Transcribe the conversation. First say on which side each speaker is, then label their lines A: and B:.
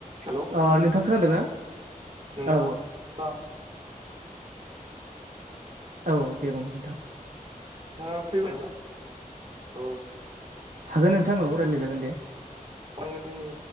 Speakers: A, on the right (about 45°); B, on the right (about 70°).
A: Hello
B: अ नोंथां खोनादों ना
A: नोंथां।
B: औ औ औ दे बुं नोंथां
A: नोंहा फ्रि दंना औ
B: हागोन नोंथां औ रायज्लाय जागोन दे
A: आङो दिनै